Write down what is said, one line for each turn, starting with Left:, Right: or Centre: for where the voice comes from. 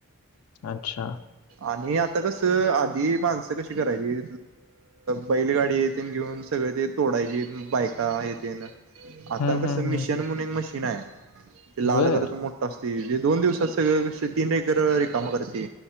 Left: अच्छा
Right: आणि आता कसं आधी माणसं कशी करायची बैलगाडी तेन घेऊन सगळे ते तो डायचीत बायका हे तेन आता
Left: हं,
Right: कस
Left: हं,
Right: मिशन
Left: हं.
Right: म्हणून एक मशीन आहे ते लाल
Left: बरं.
Right: कलरच मोठं असतय. ते दोन दिवसात सगळं तीन एकर रिकाम करते.